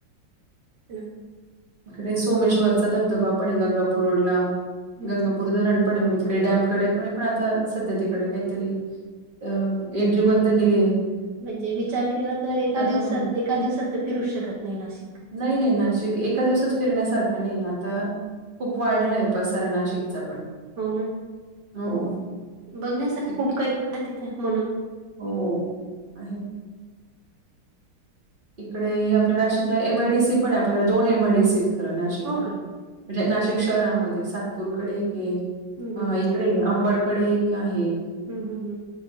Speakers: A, on the right; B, on the right.
A: ह.
B: ते सोमेश्वरचा धबधबा पणय गंगापूर रोडला.
A: हं,
B: गंगा पुर धरण पणय. म्हणजे तिकडे डॅमकडे पणे पण आता सध्या तिकडे काहीतरी अ एंट्री बंद केलीय.
A: म्हणजे विचार केला तर, एका
B: हां
A: दिवसात, एका दिवसात तर फिरूच शकत नाही, नाशिक.
B: नाही- नाही. नाशिक एका दिवसात फिरण्यासारखं नाही. आता खूप वाढलाय, पसारा नाशिकचा पण.
A: हो ना.
B: हो.
A: बघण्यासाठी
B: ती
A: खूप काही ना तिथं, म्हणून.
B: हो. आहे. इकडे, आपल्या नाशिकला एम आय डी सी पणय. आपल्याकडे, दोन एम आय डी सीयत खरं नाशिकला.
A: हो
B: म्हणजे
A: का?
B: नाशिक शहरामध्ये. सातपूरकडे एकय.
A: हं, हं,
B: इकडे अंबडकडे एक आहे.
A: हम्, हं, हं.